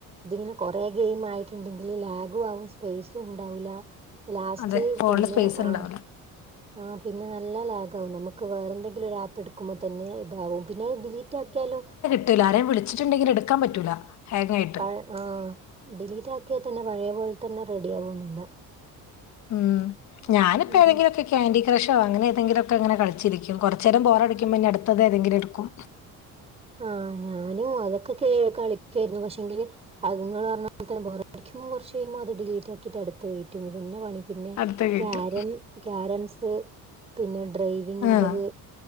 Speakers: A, on the right; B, on the left.
A: ഇതിങ്ങനെ കൊറെ ഗെയിം ആയിട്ടുണ്ടെങ്കില് ലാഗും ആകും സ്പേസും ഉണ്ടാവൂല്ല ലാസ്റ്റ്
B: അതെ ഫോണിൽ
A: പിന്നെ
B: സ്പേസ് ഉണ്ടാവില്ല
A: ആഹ് ആഹ് പിന്നെ നല്ല ലാഗാകും നമുക്ക് വേറെന്തെങ്കിലും ഒരു ആപ്പ് എടുക്കുമ്പോ തന്നെ ഇതാവും പിന്നെ അത് ഡിലീറ്റാക്കിയാലും
B: ട്ടയില്ല ആരേം വിളിച്ചിട്ടുണ്ടെങ്കി എടുക്കാൻ പറ്റൂല്ല ഹാങ്ങായിട്ട്
A: പഴ ആഹ് ഡിലീറ്റാക്കിയാ തന്നെ പഴേ പോലെ തന്നെ റെഡിയാകുവൊന്നില്ല
B: ഉം ഞാനിപ്പേതെങ്കിലൊക്കെ
A: ഉം
B: കി റ്റാന്റി ക്രഷോ അങ്ങനെ ഏതെങ്കിലൊക്കെ അങ്ങനെ കളിച്ചിരിക്കും കുറച്ച് നേരം ബോറടിക്കുമ്പോ പിന്നെ അടുത്തത് ഏതെങ്കിലും എടുക്കും
A: ആഹ് ഞാനും അതൊക്കെ കേ കളിക്കാരുന്നു പക്ഷെങ്കില് അത് നിങ്ങള് പറഞ്ഞപോലെ തന്നെ ബോറടിക്കും കുറച്ച് കഴിയുമ്പോ അത് ഡീലിറ്റ് ആക്കിട്ട് അടുത്തത് കേറ്റും ഇത് തന്നെ പണി പിന്നെ
B: അടുത്ത കയറ്റും
A: ക്യാരം ക്യാരംസ് പിന്നെ ഡ്രൈവിങ്ങിന്റെത്
B: ആഹ്